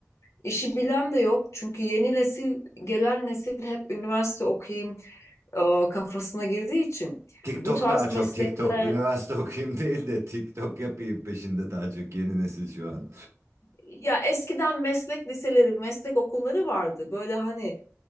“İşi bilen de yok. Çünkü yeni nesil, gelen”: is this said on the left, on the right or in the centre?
Left